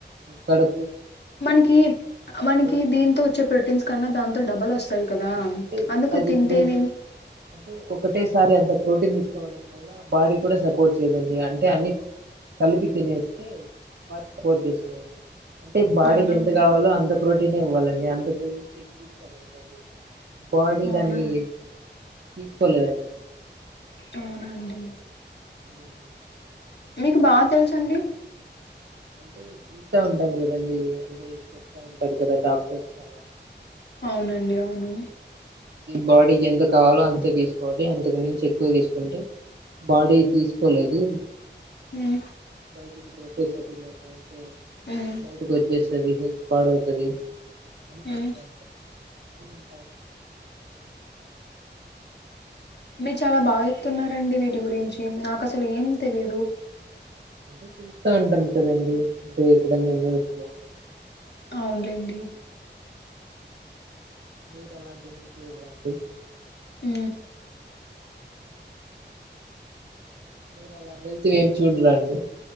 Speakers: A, on the right (about 60°); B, on the left (about 65°).
A: కడు
B: మనకి మనకి
A: కొంచెం
B: దీంతో వచ్చే ప్రోటీన్స్ కన్నా దాంతో డబల్ వస్తాయి కదా
A: అంటే
B: అందుకు
A: అది
B: తింటేనేమి
A: ఇప్పుడు అంటే ఒకటేసారి అంత ప్రోటీన్ తీసుకోవడం వల్ల బాడీ కూడా సపోర్ట్ చేయదండి అంటే అన్ని కలిపి తినేస్తే వా సపోర్ట్ చేస్తాదండి అంటే బాడీకి
B: అవునండి
A: ఎంత కావాలో అంత ప్రోటీనే ఇవ్వాలండి అంతకు మించి ఎక్కువ ఇచ్చమనుకోండి బాడీ
B: అవునండి
A: దాన్ని తీసుకోలేదండి
B: అవున అండి
A: అవునండి.
B: మీకు బాగా తెలుసు అండి
A: అంటే చూస్తా ఉంటాం కదండి అంటే చెప్త ఉంటారు కదా డాక్టర్స్ అలా
B: అవునండి అవును
A: బాడీకి ఎంత కావాలో అంతె తీసుకోవాలి అంతకు మించి ఎక్కువ తీసుకుంటే బాడీ తీసుకోలేదు
B: మ్
A: బయటికి తోసేస్తది లేకంటే
B: మ్మ్
A: బయటికి వచ్చేస్తది హెల్త్ పాడవుతది అది
B: మ్మ్
A: చెప్తా ఉంటారు అది వింటా ఉంటా
B: మీరు చాలా బా చెప్తున్నారండి వీటి గురించి నాకు అసలు ఏం తెలిదు
A: అంటే చూస్తా ఉంటాం కదండి అంటే ఎక్కడనే న్యూస్ లో
B: అవును లేండి
A: మీరు అలాంటివి ఎం చూడరా అండి
B: అ
A: మీరు అలా హెల్త్వి ఎం చూడరా అండి